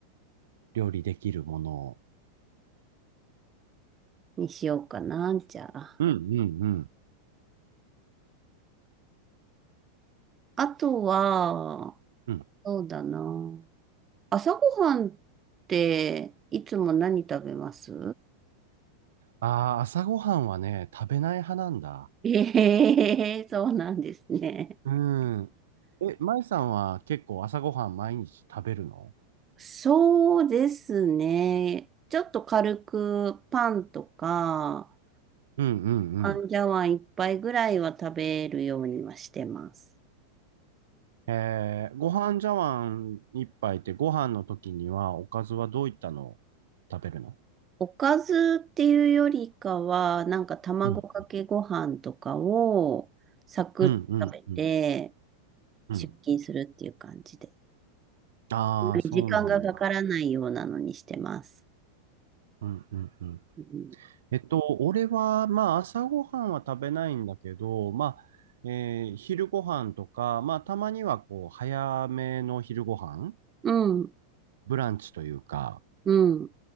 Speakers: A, on the right; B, on the right.
A: 料理できるものを。
B: にしようかな。じゃあ。
A: うん、うん、うん、
B: あとは、
A: うん。
B: そうだな。朝ごはんっていつも何食べます
A: ああ、朝ごはんはね、食べない派なんだ。
B: <laughs> ええーそうなんですね。
A: うん。え、舞さんは結構朝ごはん毎日食べるの
B: そうですね。ちょっと軽くパンとか、
A: うんうんうん。
B: パンジャワン一杯ぐらいは食べるようにはしてます。
A: えー、ご飯茶碗一杯ってご飯の時にはおかずはどういったのを食べるの
B: おかずっていうよりかは、なんか卵かけご飯とかをサクッと食べて
A: うん。うんうんうんうん。
B: 出勤するっていう感じで。
A: ああ、
B: あんまり時間がかからないようなのにしてます。
A: そうなんだ。うんうんうん。
B: うん。
A: えっと、俺は、まあ、朝ごはんは食べないんだけど、まあ、えー昼ごはんとか、まあ、たまには、こう、早めの昼ごはん
B: うん。
A: ブランチというか、
B: うん。